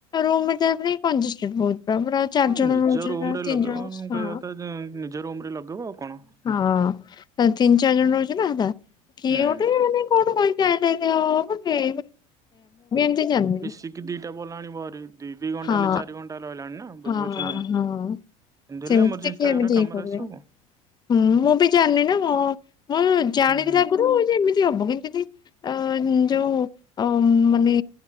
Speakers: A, on the left (about 25°); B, on the right (about 20°).
A: ରହୁ <unintelligible> ଆମର ଚାରି
B: ହଁ
A: ଜଣ
B: ନିଜ
A: ରହୁଛନ୍ତି
B: ରୁମ
A: ନା
B: ରେ
A: ତିନି
B: ଲଗେଇବ
A: ଜଣ ହଁ
B: ମୁଁ କହିବା ନିଜ ରୁମ୍‌ ରେ ଲଗେଇବ ଆଉ କଣ
A: ହଁ ତିନି ଚାରି ଜଣ ରହୁଛନ୍ତି ନା ହେ କିଏ
B: ହୁଁ
A: ଗୋଟେ କୋଉଠୁ କହି କ ମୁଁ ବି ଏମିତି ଜାଣିନି <unintelligible>
B: ଟିକି ଦିଟା ବଲ ଆଣିଭ <unintelligible> ଦି ଦି ଘଣ୍ଟା
A: ହଁ
B: ହେଲେ ଚାରି ଘଣ୍ଟା ହେ ରହିଲାଣି ନା
A: ହଁ
B: ବୁଝିପାରୁଛ ନା ନା
A: ହଁ
B: ଏମିତି
A: ସେମିତି
B: ହେଲେ ଏମରଜେନ୍ସି
A: ଯେ କିଏ
B: ଟାଇମ୍
A: ଏମିତି
B: ରେ କାମରେ
A: ଇଏ କରିବେ।
B: ଆସିବ ଆଉ।
A: ହୁଁ ମୁଁ ବି ଜାଣିନି ନା ମୁଁ ମୁଁ ଜାଣିଥିଲି
B: ହୁଁ
A: ଆଗରୁ ଯେ ଏମିତି ହବ ଏମିତି ଅ ଯୋଉ ଅ ମାନେ